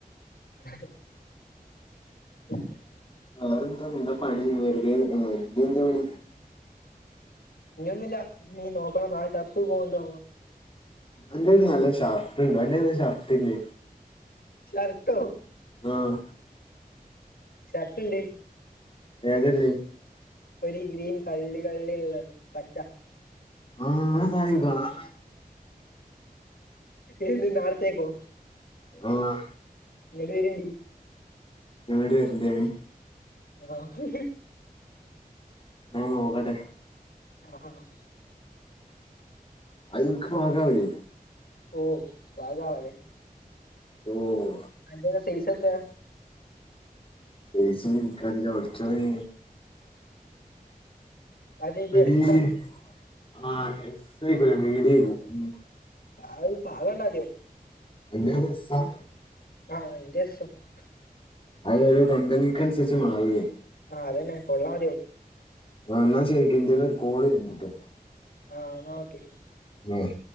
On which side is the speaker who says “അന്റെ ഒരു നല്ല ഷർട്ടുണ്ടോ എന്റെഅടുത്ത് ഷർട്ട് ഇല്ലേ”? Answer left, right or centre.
Left